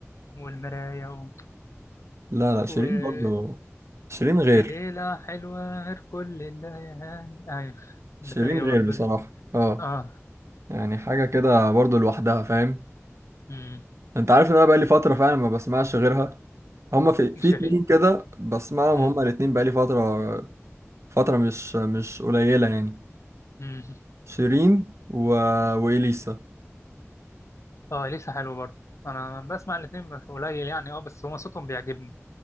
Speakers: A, on the left; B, on the right.
A: والمراية و...
B: لا لا شيرين
A: وفي
B: برضو شيرين غير
A: ليلة حلوة غير كل الليالي أيوة
B: شيرين
A: اللي هي
B: غير
A: برضه
B: بصراحة اه
A: آه
B: يعني حاجة كده برضو لوحدها فاهم
A: أمم
B: انت عارف ان انا بقالي فترة فعلا ما بسمعش غيرها هما في في
A: شيرين
B: اتنين كده بسمعهم
A: أمم
B: هما الاتنين بقالي فترة فترة مش مش قليلة يعني
A: أمم
B: شيرين و... وإليسا
A: آه لسه حلو برضه أنا بسمع الاتنين بس قليل يعني آه بس هو صوتهم بيعجبني